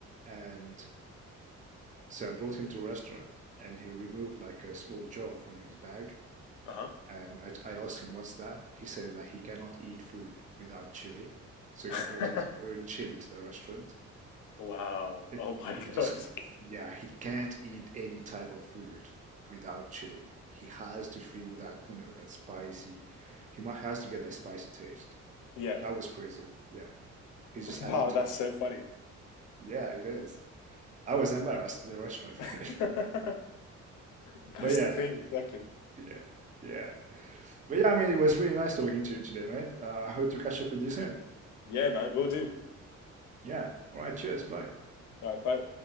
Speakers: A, on the right; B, on the left.
A: and so I brought him to a restaurant, and he removed like a small jar from his bag,
B: Uh
A: and I, I asked him, "What's that?" He said that he cannot eat food without chili, so he
B: huh.
A: brought his own chili to the restaurant,
B: <laughs> wow.
A: It
B: Oh my
A: he just
B: god.
A: yeah, he can't eat any type of food without chili. He has to feel that, you know, that spicy. He mu- has to get that spicy taste.
B: Yeah.
A: That was crazy. Yeah. He's just addicted
B: Wow, that's
A: to it.
B: so funny.
A: Yeah, it is. I was embarrassed in the restaurant,
B: <laughs>
A: <laughs> man.
B: that's
A: But yeah,
B: the thing, exactly.
A: yeah, yeah. But yeah, I mean, it was really nice talking to you today, mate. Uh, I hope to catch up with you soon.
B: Yeah, man, we'll do.
A: Yeah. All right. Cheers. Bye.
B: All right, bye.